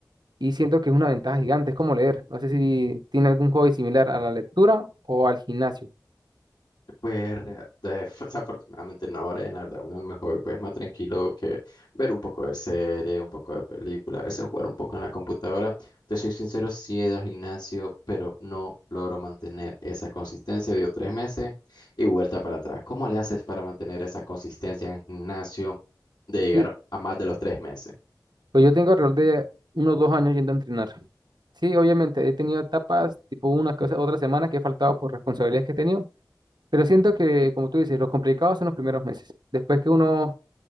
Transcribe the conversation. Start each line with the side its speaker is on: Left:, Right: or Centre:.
Right: y siento que es una ventaja gigante, es como leer. No sé si tiene algún hobby similar a la lectura o al gimnasio.
Left: Pues re- <laughs> desafortunadamente no, Brian, la verdad, uno a lo mejor pues más tranquilo que ver un poco de serie, un poco de película, a veces jugar un poco en la computadora. Te soy sincero, sí he ido al gimnasio, pero no logro mantener esa consistencia. Dio tres meses y vuelta para atrás. ¿Cómo le haces para mantener esa consistencia en el gimnasio de llegar
Right: Sí,
Left: a más de los tres meses?
Right: pues yo tengo alrededor de unos dos años yendo a entrenar. Sí, obviamente he tenido etapas, tipo una cosa, otra semana que he faltado por responsabilidades que he tenido, pero siento que, como tú dices, lo complicado son los primeros meses. Después que uno